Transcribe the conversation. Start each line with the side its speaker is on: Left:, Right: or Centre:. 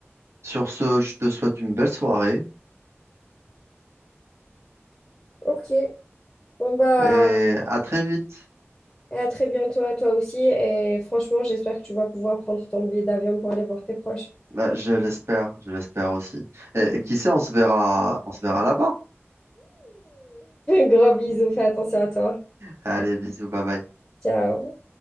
Right: Sur ce, je te souhaite une belle soirée
Left: Ok. Bon bah,
Right: et à très vite.
Left: et à très bientôt à toi aussi. Et franchement, j'espère que tu vas pouvoir prendre ton billet d'avion pour aller voir tes proches.
Right: Bah, je l'espère, je l'espère aussi. Et,
Left: <laughs>
Right: et qui sait, on se verra, on se verra là-bas.
Left: Gros bisous, fais attention à toi.
Right: Allez, bisous, bye bye.
Left: Ciao.